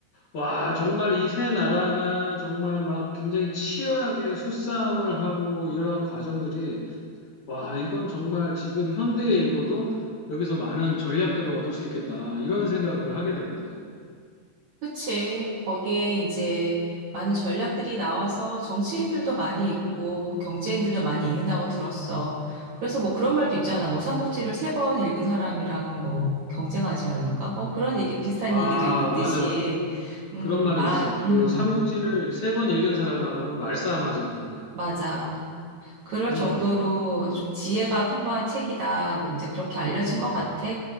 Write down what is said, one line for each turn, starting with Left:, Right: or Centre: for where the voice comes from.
Left: 와, 정말 이 세 나라가 정말 막 굉장히 치열하게 수싸움을 하고 이러한 과정들이, 와, 이건 정말 지금 현대에 읽어도 여기서 많은 전략들을 얻을 수 있겠다. 이런 생각을 하게 됐거든.
Right: 그치. 거기에 이제 많은 전략들이 나와서 정치인들도 많이 있고 경제인들도 많이 있는다고 들었어. 그래서 뭐 그런 말도 있잖아. 뭐 삼국지를 세 번 읽은 사람이랑은 뭐 경쟁하지 말란가? 뭐 그런 얘기, 비슷한
Left: 와,
Right: 얘기도 있듯이.
Left: 맞아.
Right: 음,
Left: 그런 말이
Right: 마,
Left: 있어. 그
Right: 음,
Left: 삼국지를 세 번 읽은 사람하고는 말싸움하지 말아라.
Right: 맞아. 그럴
Left: 음,
Right: 정도로 좀 지혜가 풍부한 책이다. 뭐 이제 그렇게 알려진 것 같아.